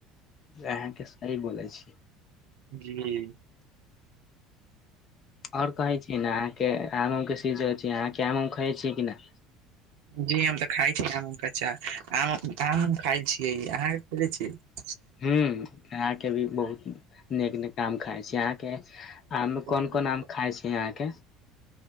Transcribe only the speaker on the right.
जी
जी हम तऽ खाइ छी आम उम कऽ अचार आम उम आम उम खइल छियै अहाँके खेले छिये
छियै